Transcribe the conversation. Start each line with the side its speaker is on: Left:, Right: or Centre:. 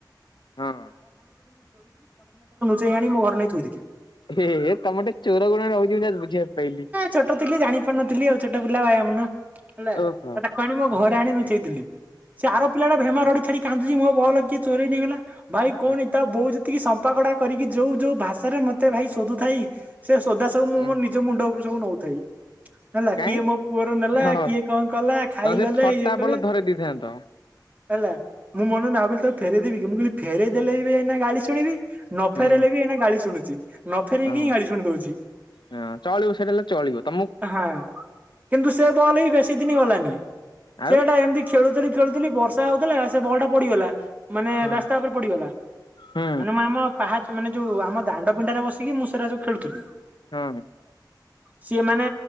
Left: ହଁ
Right: ଚେଇ ଆଣି ମୋ ଘରେ ନେଇ ମୁଁ ଥୋଇଦେଲି।
Left: ହେ ହେ ତମର ଟିକେ ଚୋର ଗୁଣ ରହୁଛି ଯାହା ବୁଝିବାକୁ ପାଇଲି।
Right: ଛୋଟୋ ଥିଲି ଜାଣି ପାରୁ ନଥିଲି ଆଉ ଛୋଟ ପିଲା ବାଇଆ ମନ ହେଲା
Left: ଓହୋ
Right: ଆଉ ତାକୁ ଆଣି ମୋ ଘ ରେ ଆଣି ଲୁଚେଇ ଥିଲି, ସେ ଆର ପିଲା ଟା ଭେମ୍ବା ରଡ଼ି ଛାଡ଼ି କାନ୍ଦୁଛି ମୋ ବଲ କିଏ ଚରେଇ ନେଇଗଲା। ଭାଇ କଅନି
Left: ହଁ
Right: ତା ବୋଉ ଯେତିକି ସପା କଟା କରିକି ଯୋଉ ଯୋଉ ଭାଷାରେ ମତେ ଭାଇ ଶୋଦୁଥାଇ ସେ ସୋଦା ସବୁ ମୁଁ
Left: ଉଁ
Right: ମୋ ନିଜ ମୁଣ୍ଡ ଉପରକୁ ସବୁ ନୋଉଥାଇ। ହେଲା
Left: କାଇଁ
Right: କିଏ ମୋ ପୁଅର ନେଲା
Left: ହଁ
Right: କିଏ କଣ କଲା ଖାଇଗଲେ
Left: ତମେ ସେ ଫଟା
Right: ଇଏ କଲେ।
Left: ବଲ ଧରେଇ ଦେଇଥାନ୍ତ
Right: ହେଲା ମୁଁ ମନେ ମନେ ଭାବିଲି ତାକୁ ଫେରେଇ ଦେବି କି ମୁଁ କହିଲି ଫେରଇ ଦେଲେ ବି ଏଇନା ଗାଳି ଶୁଣିବି ନ
Left: ହୁଁ
Right: ଫେରେଇଲେ ବି ଏଇନା ଗାଳି ଶୁଣୁଛି ନ ଫେରକି
Left: ହଁ।
Right: ହିଁ ଗାଳି ଶୁଣି ଦୋଉଛି।
Left: ହଁ ଚଳିବ ସେଇଟା ହେଲେ ଚଳିବ ତ
Right: ହଁ କିନ୍ତୁ ସେ ବଲ୍ ବି ବେଶୀ ଦିନି ଗଲାନି
Left: ଆଉ
Right: ସେଟା ଏମିତି ଖେଳୁଥିଲି ଖେଳୁଥିଲି ବର୍ଷା ହୋଉଥିଲା ସେ ବଲ୍ ଟା ପଡିଗଲା। ମାନେ
Left: ହଁ
Right: ରାସ୍ତା ଉପରେ ପଡିଗଲା
Left: ହୁଁ
Right: ମାନେ ମୁଁ ଆମ ପାହାଚ ମାନେ ଯୋଉ ଆମ ଦାଣ୍ଡ ପିଣ୍ଡାରେ ବସିକି ମୁଁ ସେରା ସବୁ ଖେଳୁଥିଲୁ।
Left: ହହ।
Right: ସିଏ ମାନେ